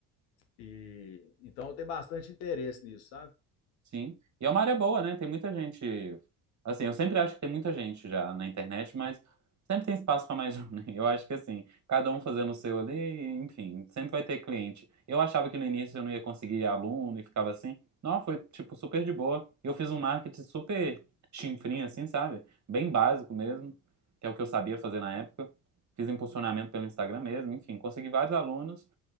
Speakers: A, on the left (about 85°); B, on the right (about 40°).
A: E então eu tenho bastante interesse nisso, sabe?
B: Sim. E é uma área boa, né? Tem muita gente. Assim, eu sempre acho que tem muita gente já na internet, mas sempre tem espaço para mais <laughs> um, né? Eu acho que assim, cada um fazendo o seu ali, enfim, sempre vai ter cliente. Eu achava que no início eu não ia conseguir aluno e ficava assim. Não, foi tipo super de boa. E eu fiz um marketing super chinfrinho, assim, sabe? Bem básico mesmo, que é o que eu sabia fazer na época. Fiz impulsionamento pelo Instagram mesmo, enfim, consegui vários alunos.